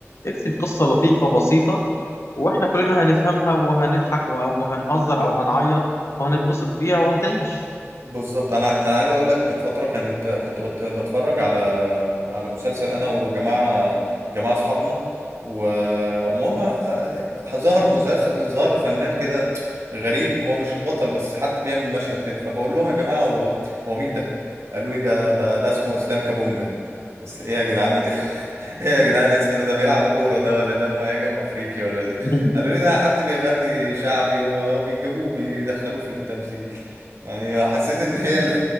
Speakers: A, on the left; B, on the right.
A: اكتب قصة لطيفة بسيطة واحنا كلنا هنفهمها وهنضحك وهنهزر او هنعيط وهنتبسط بيها وهتعيش
B: بالظبط انا انا عايز اقول لك من فتره كنت كنت بت- بتفرج على على مسلسل انا وجماعه جماعه اصحابنا ومهم آه، ظهر مسلسل ظهر فنان كده غريب هو مش البطل بس حد بيعمل مشهد كده فبقول لهم يا جماعه هو هو مين ده قالوا لي ده ده ده اسمه اسلام كابونجا إس- ايه يا جدعان ال- <laughs> ايه يا جدعان الاسم ده ده بيلعب كوره ده ولا ده مهاجم افريقي ولا ده
A: <laughs>
B: قالوا لي ده حد بيغني شعبي وبيجيبوه بيدخلوه في التمثيل يعني حسيت ان هي <laughs> ال-